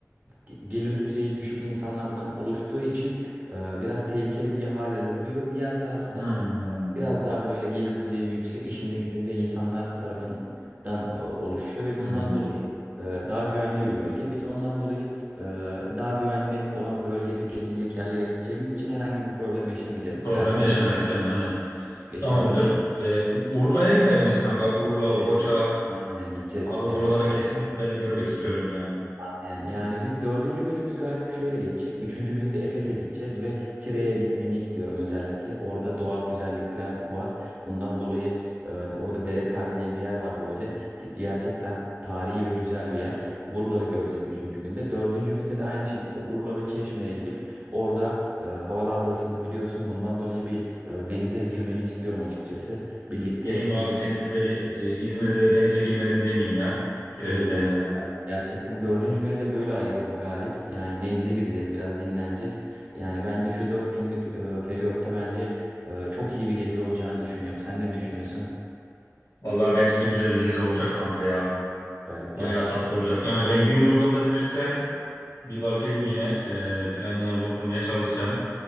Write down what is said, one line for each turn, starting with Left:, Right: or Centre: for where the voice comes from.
Right: ge- gelir düzeyi düşük insanlardan oluştuğu için e, biraz tehlikeli bir hal alabiliyor diğer tarafta
Left: Hmm.
Right: biraz daha böyle gelir düzeyi yüksek, işinde gücünde insanlar tarafından e, oluşuyor ve
Left: Hmm.
Right: bundan dolayı e, daha güvenli bir bölge. Biz ondan dolayı e, daha güvenli olan bölgede gezilecek yerlere gideceğimiz için herhangi bir problem yaşamayacağız.
Left: Problem
Right: Galip emin
Left: yaşamayız değil mi? Aynen.
Right: yaşamayacağız.
Left: Tamamdır.
Right: Galip.
Left: Ee, U- Urla'ya gider miyiz kanka? Urla,
Right: Evet
Left: Foça.
Right: evet. Aynen gideceğiz.
Left: Abi
Right: Evet.
Left: buralara kesin ben görmek
Right: Kesinlikle.
Left: istiyorum ya.
Right: Aynen. Yani biz dördüncü günümüz galip şöyle geçecek. Üçüncü günde Efes'e gideceğiz ve Tire'ye gitmeni istiyorum özellikle. Orada doğal güzellikler var. Bundan dolayı e, orada Dere Kahve diye bir yer var böyle. Gerçekten tarihi ve güzel bir yer. Urla'ları göreceğiz üçüncü günde. Dördüncü günde de aynı şekilde Urla ve Çeşme'ye gidip orada e, havalar da ısındı biliyorsun. Bundan dolayı bir e, denize girmeni istiyorum açıkçası. Birlikte
Left: Gireyim abi
Right: bir...
Left: denize de bir
Right: Evet.
Left: e, İzmir'de de denize girmedim demeyeyim ya. Girelim
Right: Evet
Left: denize.
Right: evet Galip gerçekten dördüncü günü de böyle ayırdım Galip yani denize gireceğiz biraz dinleneceğiz yani bence şu dört günlük e, periyotta bence e, çok iyi bir gezi olacağını düşünüyorum sen ne düşünüyorsun
Left: Vallahi bence de güzel bir gezi olacak kanka ya.
Right: Galip
Left: Bayağı
Right: gerçekten
Left: tatlı olacak. Yani ben günümü uzatabilirsem bir bakayım yine e, planlarımı kurmaya çalışacağım.